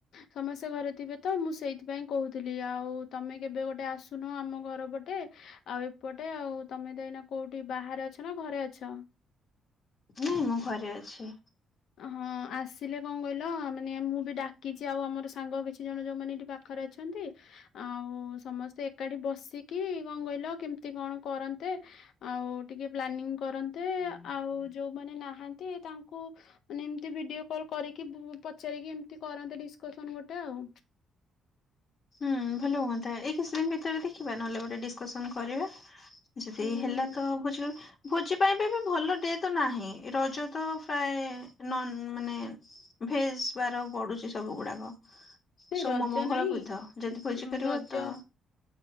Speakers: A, on the left; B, on the left.
A: ସମସ୍ତେ ଘରେ ଥିବେ ତ ମୁଁ ସେଇଥିପାଇଁ କହୁଥିଲି ଆଉ ତୋମେ କେବେ ଗୋଟେ ଆସୁନ ଆମ ଘର ପଟେ ଆଉ ଏପଟେ। ଆଉ ତୋମେ ତ ଏଇନା କୋଉଠି ବାହାରେ ଅଛ ନା ଘରେ ଅଛ?
B: ନାଇଁ ମୁଁ ଘରେ ଅଛି।
A: ହଁ ଆସିଲେ କଣ କହିଲ ମାନେ ମୁଁ ବି ଡାକିଛି ଆଉ ଆମର ସାଙ୍ଗ କିଛି ଜଣ ଯୋଉମାନେ ଏଠି ପା ଖରେ ଅଛନ୍ତି। ଆଉ ସମସ୍ତେ ଏକାଠି ବସିକି କଣ କହିଲ କେମିତି କଣ କରନ୍ତେ ଆଉ ଟିକେ ପ୍ଲାନିଂ କରନ୍ତେ ଆଉ ଯୋଉମାନେ ନାହାନ୍ତି ତାଙ୍ କୁ ମାନେ ଏମତି ଭିଡିଓ କଲ୍ କରିକି ବୁ ପଚାରିକି ଏମତି କରନ୍ତେ ଡିସ୍କସନ୍ ଗୋଟେ ଆଉ।
B: ହୁଁ, ଭଲ ହୁଅନ୍ତା। ଏଇ କିଛି ଦିନ ଭିତରେ ଦେଖିବା ନହେଲେ ଗୋଟେ ଡିସ୍କସନ କରିବା। ଯଦି
A: ହୁଁ।
B: ହେଲା ତ ଭୋଜି ଭୋଜି ପାଇଁ ବିବି ଭଲ ଡେ ତ ନାହିଁ। ରଜ ତ ପ୍ରାୟ ନନ୍ ମାନେ ଭେଜ୍ ବାର ପଡୁଚି ସବୁ ଗୁଡାକ।
A: ନାଇଁ
B: ସୋମ,
A: ରଜ
B: ମଙ୍ଗଳ,
A: ନାଇଁ
B: ବୁଧ ଯଦି ଭୋଜି
A: ହଁ,
B: କରିବ
A: ରଜ
B: ତ